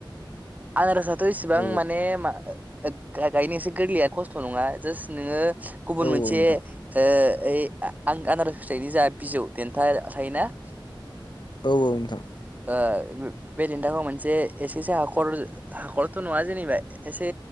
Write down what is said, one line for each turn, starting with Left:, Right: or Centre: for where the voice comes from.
Right: आनराजथ' इसेबां
Left: औ
Right: माने मा गायनोसो गोरलैया खस्थ' नङा जास्ट नोङो गुबुन
Left: औ
Right: मोनसे
Left: औ नोंथां
Right: ओ ओइ आं आनारस फिथाइनि जा बिजौ देन्था थायोना
Left: औ नोंथां
Right: ओ बे देन्थाखौ मोनसे एसेसो हाखर हाखरथ' नङा जेनेबा एसे